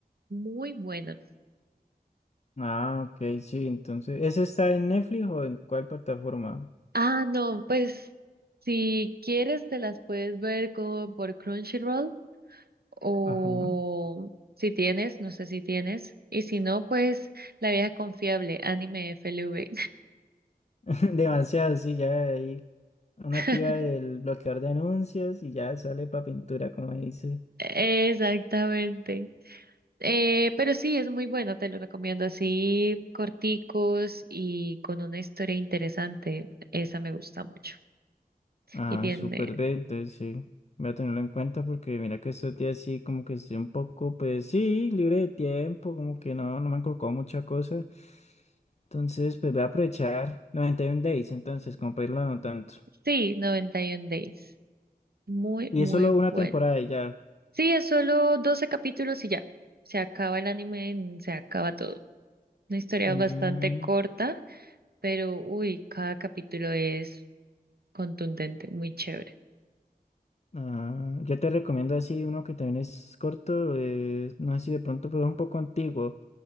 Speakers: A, on the right; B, on the left.
A: Muy bueno.
B: Ah, ok, sí, entonces, ¿ese está en Netflix o en cuál plataforma?
A: Ah, no, pues si quieres te las puedes ver co- por Crunchyroll o
B: Ajá,
A: si tienes, no sé si tienes, y si no, pues La Vieja Confiable, Anime FLV.
B: <laughs> demasiado, sí, ya ahí una
A: <laughs>
B: activa del bloqueador de anuncios y ya sale para pintura, como dice.
A: Exactamente. Eh, pero sí, es muy bueno, te lo recomiendo así, corticos y con una historia interesante. Esa me gusta mucho.
B: Ah,
A: Y tiene,
B: súper bien, entonces sí, voy a tenerlo en cuenta porque mira que estos días sí, como que estoy un poco, pues sí, libre de tiempo, como que no, no me han colocado mucha cosa. Entonces, pues voy a aprovechar 91 Days, entonces, como para irlo no tanto.
A: sí, 91 Days. Muy,
B: Y
A: muy
B: es solo una
A: bueno.
B: temporada y ya.
A: Sí, es solo 12 capítulos y ya. Se acaba el anime, en- se acaba todo. Una historia
B: Mm.
A: bastante corta, pero uy, cada capítulo es contundente, muy chévere.
B: Ah, yo te recomiendo así uno que también es corto, eh, no sé si de pronto, pero es un poco antiguo,